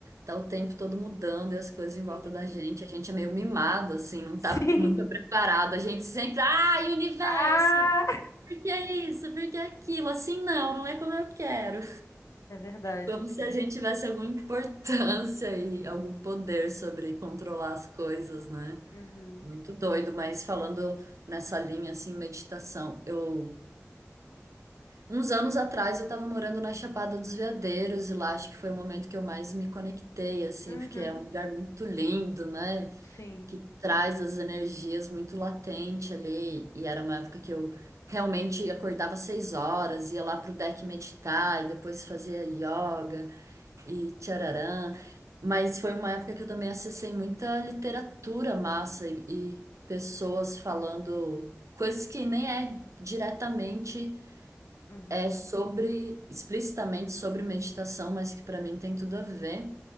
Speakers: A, on the right (about 80°); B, on the left (about 80°).
A: tá o tempo todo mudando e as coisas
B: Sim.
A: em volta da gente. A gente é meio mimado assim, não
B: Sim.
A: tá nunca preparado.
B: <laughs>
A: A gente sempre, ai, universo,
B: Ah!
A: por que isso? Por que aquilo? Assim não, não é como eu quero.
B: É verdade.
A: Como se a gente tivesse alguma importância e algum poder sobre controlar as coisas, né?
B: Uhum.
A: Muito doido, mas falando nessa linha assim, meditação, eu uns anos atrás eu estava morando na Chapada dos Veadeiros e lá acho que foi o momento que eu mais me conectei assim,
B: Uhum,
A: porque é um lugar muito lindo, né?
B: sim,
A: Que traz as energias muito latente ali e era uma época que eu Realmente acordava às seis horas, ia lá pro deck meditar e depois fazia yoga e tchararã. Mas foi uma época que eu também acessei muita literatura massa e, e pessoas falando coisas que nem é diretamente
B: uhum,
A: é sobre, explicitamente sobre meditação, mas que para mim tem tudo a ver,